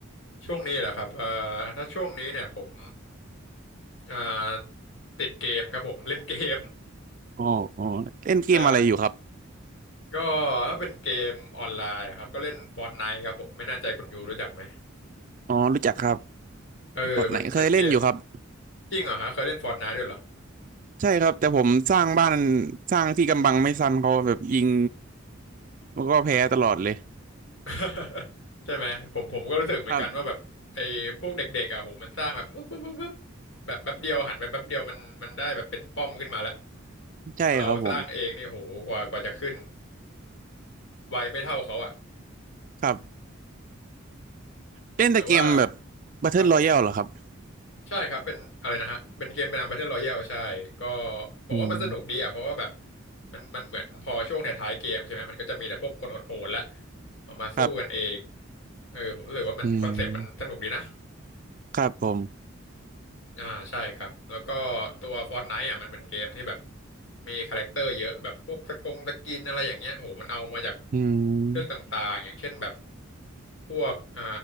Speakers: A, on the left; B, on the right.
A: ช่วงนี้เหรอครับเอ่อถ้าช่วงนี้เนี่ยผมอ่าติดเกมครับผมเล่นเกม
B: อ๋ออ๋อเล่นเกมอะไรอยู่ครับ
A: <laughs> ใช่ก็ถ้าเป็นเกมออนไลน์อะครับก็เล่น Fortnite ครับผมไม่แน่ใจคุณยูรู้จักไหม
B: อ๋อรู้จักครับ
A: เออเป็นเป็นเกม
B: บอทไหนเคยเล่นอยู่ครับ
A: จริงเหรอฮะเคยเล่น Fortnite ด้วยเหรอ
B: ใช่ครับ แต่ผมสร้างบ้านสร้างที่กำบังไม่ซันเขาแบบยิงแล้วก็แพ้ตลอดเลย
A: <laughs> ใช่ไหมผมผมก็รู้สึกเหมือนกันว่าแบบไอ้พวกเด็กๆอ่ะโหมันสร้างแบบวึบวึบวึบวึบ
B: ครับ
A: แบบแป๊บเดียวหันไปแป๊บเดียวมันมันได้แบบเป็นป้อมขึ้นมาแล้ว
B: ใช่ครับผม
A: ของเราสร้างเองนี่โหกว่ากว่าจะขึ้นไวไม่เท่าเขาอ่ะ
B: ครับเล่นแต่เกมแบบ
A: แต่ว่า
B: Battle
A: ครับผม
B: Royale เหรอครับ
A: ใช่ครับเป็นอะไรนะฮะเป็นเกมเป็น Battle Royale ใช่ก็ผมว่ามันสนุกดีอ่ะเพราะว่าแบบ
B: อืม
A: มันมันเหมือนพอช่วงท้ายๆเกมใช่ไหมมันก็จะมีแต่พวกคนโหดๆและเอามาสู้กันเอง
B: ครับ
A: เออผมรู้สึกว่ามันคอนเซปต์มันสนุกดีนะ
B: อืมครับผม
A: อ่าใช่ครับแล้วก็ตัว Fortnite อ่ะมันเป็นเกมที่แบบมีคาแรคเตอร์เยอะแบบพวกสกงสกินอะไรอย่างเงี้ยโอ้โหมันเอามาจาก
B: อืม
A: เรื่องต่างๆอย่างเช่นแบบพวกอ่า